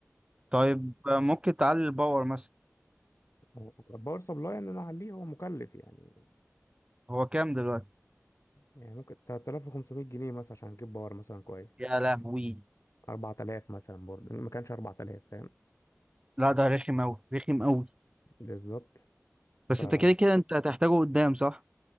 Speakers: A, on the right; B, on the left.
A: طيب آه، ممكن تعلي الباور مثلا
B: هو باور سبلاي ان انا اعليه هو مكلف يعني
A: هو كام دلوقتي
B: يعني ممكن 3500 جنيه مثلا عشان اجيب باور مثلا كويس
A: يا لهوي
B: 4000 مثلا برضه ما كانش 4000 فاهم
A: لا ده رخم اوي رخم اوي
B: بالظبط فكده
A: بس انت كده كده انت هتحتاجه قدام صح